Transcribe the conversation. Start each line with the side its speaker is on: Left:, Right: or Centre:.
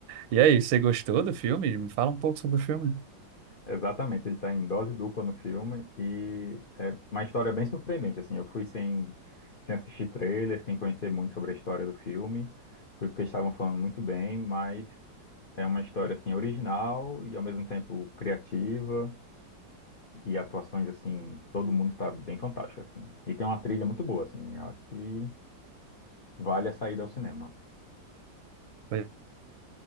Right: E aí, você gostou do filme? Me fala um pouco sobre o filme.
Left: Exatamente, ele está em dose dupla no filme e é uma história bem surpreendente, assim, eu fui sem, sem assistir trailer, sem conhecer muito sobre a história do filme, fui porque estavam falando muito bem, mas é uma história, assim, original e ao mesmo tempo criativa, e atuações, assim, todo mundo tá bem fantástico, assim. E tem uma trilha muito boa, assim, eu acho que vale a saída ao cinema.
Right: Foi.